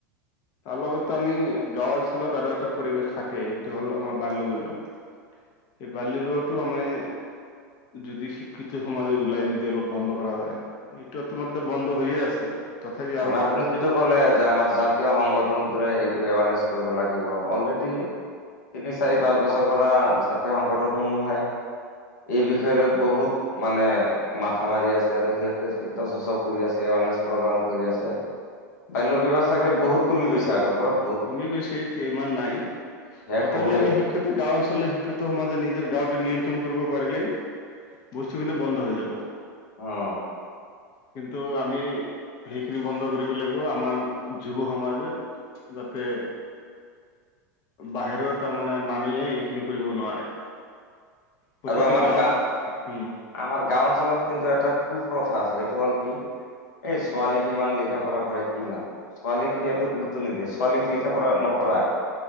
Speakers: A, on the left; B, on the left.
A: তাৰ লগতে আমি গাঁও অঞ্চলত আৰু এটা পৰিৱেশ থাকেই, এইটো হ'ল আমাৰ বাল্য বিবাহ। এই বাল্য বিবাহটো আমাই- যদি শিক্ষিত সমাজে ওলাই যদি অলপ বন্ধ কৰা যায়, এইটো তোমাত্ৰে বন্ধ হৈয়ে আছে। তথাপি
B: তাৰ
A: আৰু
B: মানে আপুনি যিটো ক'লে যে আমাৰ জাতীয় সংগঠ- গঠনগোৰে এইটো এৱাৰনেছ কৰিব লাগিব অলৰেডি- তিনি চাৰি পাঁচ বছৰ পৰা জাতীয় সংগঠনসমূহে- এই বিষয় লৈ বহুত মানে মাথা মাৰি আছে আৰু সিহঁতেৰ চিন্তা চৰ্চাও কৰি আছে। গণেশ প্ৰ কামো কৰি আছে, বাল্য বিবাহ চাগে বহুত কমি গৈছে আগৰ পৰা-
A: কমি গৈছে এতিয়া ইমান নাই।
B: শেষ
A: তথাপি
B: হ'বই
A: আমি
B: আৰু
A: শিক্ষিত গাঁও অঞ্চলৰ শিক্ষিত সমাজে নিজৰ গাঁওটো নিয়ন্ত্ৰণ কৰিব পাৰিলেই- বস্তুখিনি বন্ধ হৈ যাব।
B: অঁ
A: কিন্তু আমি সেইখিনি বন্ধ কৰিব লাগিব, আমাৰ যুৱ সমাজে। যাতে। বাহিৰৰ তাৰমানে মানুহে এইখিনি কৰিব নোৱাৰে। প্ৰতিটো
B: আৰু আমাৰ
A: গাঁৱত
B: গা
A: উম
B: আমাৰ গাঁও অঞ্চলত কিন্তু এটা- কু-প্ৰথা আছে সেইটো হ'ল কি, এই ছোৱালী কিমান লিখা পঢ়া কৰে কি লাভ! ছোৱালীক সিহঁতে গুৰুত্ব নিদিয়ে, ছোৱালীক লিখা-পঢ়া নকৰায়।